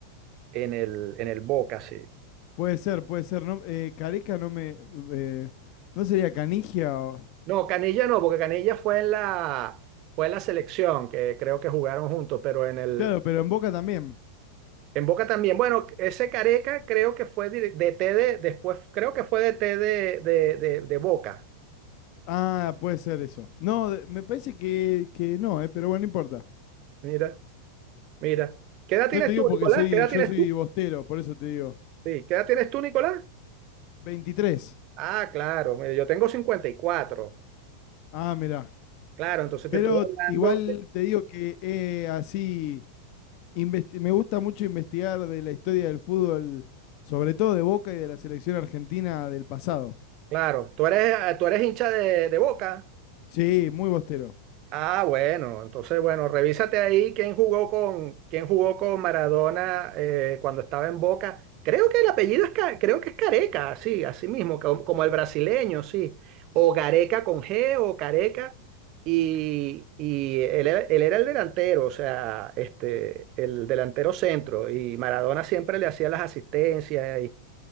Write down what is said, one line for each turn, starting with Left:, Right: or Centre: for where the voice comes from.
Right: en el, en el Boca, sí.
Left: Puede ser, puede ser. No, eh, Careca no me. eh, ¿No sería Canigia? o-
Right: No, Canilla no, porque Canilla fue en la, fue en la selección, que creo que jugaron juntos, pero en el,
Left: Claro, pero en Boca también.
Right: en Boca también. Bueno, ese Careca creo que fue dire- D t de, después, creo que fue D t de, de, de, de Boca.
Left: Ah, puede ser eso. No, de- me parece que, que no, eh, pero bueno, no importa.
Right: Mira, mira. ¿Qué edad
Left: Yo
Right: tienes
Left: te digo
Right: tú,
Left: porque
Right: Nicolás?
Left: soy,
Right: ¿Qué edad
Left: yo
Right: tienes
Left: soy
Right: tú?
Left: bostero, por eso te digo.
Right: Sí, ¿qué edad tienes tú, Nicolás?
Left: 23.
Right: Ah, claro, mira, yo tengo 54.
Left: Ah, mirá.
Right: Claro, entonces
Left: Pero
Right: te estoy hablando.
Left: igual
Right: de-
Left: te digo que eh, así investi- me gusta mucho investigar de la historia del fútbol, sobre todo de Boca y de la selección argentina del pasado.
Right: claro, tú eres, eh, tú eres hincha de, de Boca.
Left: Sí, muy bostero,
Right: Ah, bueno, entonces bueno, revísate ahí quién jugó con quién jugó con Maradona eh, cuando estaba en Boca. Creo que el apellido es Ca- creo que es Careca, sí, así mismo, como, como el brasileño, sí. O Gareca con G o Careca. Y, y él, era- él era el delantero, o sea, este, el delantero centro. Y Maradona siempre le hacía las asistencias